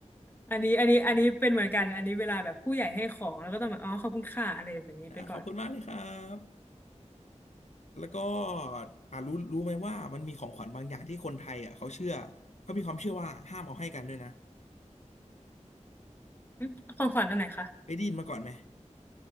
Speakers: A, on the left; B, on the left.
A: อันนี้อันนี้อันนี้เป็นเหมือนกันอันนี้เวลาแบบผู้ใหญ่ให้ของแล้วก็ต้องแบบอ๋อขอบคุณค่ะอะไรแบบนี้ไปก่อน
B: อ่าขอบคุณมากเลยครับ แล้วก็อ่ารู้รู้ไหมว่ามันมีของขวัญบางอย่างที่คนไทยอ่ะเขาเชื่อเขามีความเชื่อว่าห้ามเอาให้กันด้วยนะ
A: อืมของขวัญอันไหนคะ
B: เคยได้ยินมาก่อนไหม